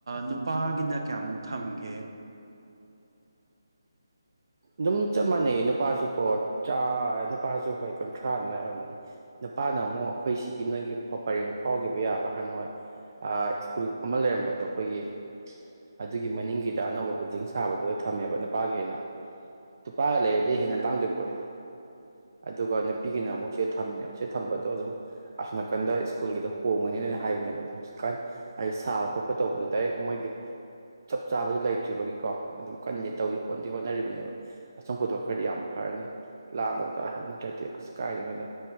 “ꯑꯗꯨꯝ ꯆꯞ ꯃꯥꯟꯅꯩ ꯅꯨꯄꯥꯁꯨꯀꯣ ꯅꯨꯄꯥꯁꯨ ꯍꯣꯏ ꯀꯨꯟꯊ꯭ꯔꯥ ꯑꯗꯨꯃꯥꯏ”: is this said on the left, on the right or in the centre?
Right